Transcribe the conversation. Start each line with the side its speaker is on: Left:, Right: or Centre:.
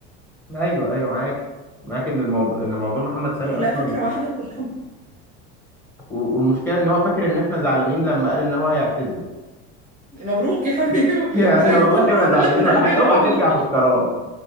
Centre: ايوه ايوه معاك معاك ان الموضوع ان موضوع محمد سامي
Right: كلها
Centre: اصلا
Right: فكره واحده كلها
Centre: و- والمشكله ان هو فاكر ان احنا زعلانين لما قال ان هو هيعتزل
Right: مبروك يا حبيبي
Centre: <laughs>
Right: يا
Centre: يعني احنا
Right: حبيبي،
Centre: والله
Right: ده احنا فرحانين
Centre: ما زعلانين
Right: لك من
Centre: ولا
Right: قلبنا
Centre: حاجه اوعى
Right: والله
Centre: ترجع في القرار